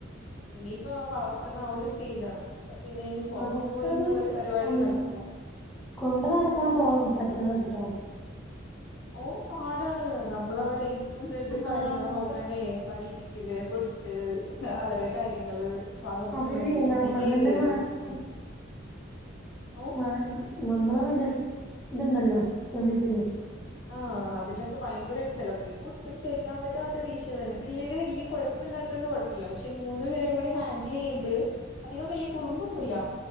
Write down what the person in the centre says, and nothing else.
നമുക്കത്
ഒന്ന്
കൊണ്ട് നടക്കാൻ തോന്നും പറ്റണംട്ടോ.
മാനസിക
സ
അതല്ലേ നമ്മുടെ
തന്നെ മാനസികം
മാ നമ്മളെ മെന്റൽസ് ഇതുണ്ടല്ലോ സ്റ്റെബിലിറ്റി <inaudible>